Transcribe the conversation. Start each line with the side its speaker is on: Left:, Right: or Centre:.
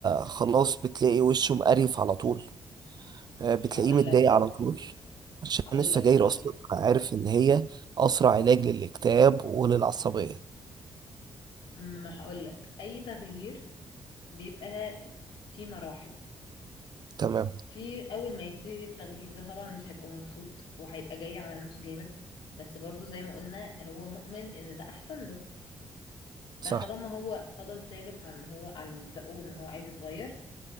Right: خلاص بتلاقي وشه مقرف على طول آه، بتلاقيه
Left: هقول
Right: متضايق
Left: لك
Right: على طول عشان
Left: هقول
Right: السجاير
Left: لك هقول
Right: أصلا
Left: لك
Right: عارف إن هي أسرع علاج للاكتئاب وللعصبية
Left: ما هقول لك اي تغيير بيبقى في مراحل
Right: تمام
Left: في اول ما يبتدي التغيير ده طبعا مش هيبقى مبسوط وهيبقى جاي على نفسه جامد بس برضو زي ما قلنا هو مؤمن ان ده احسن له
Right: صح
Left: فطالما هو فضل ثابت عن هو على مبدأه ان هو عايز يتغير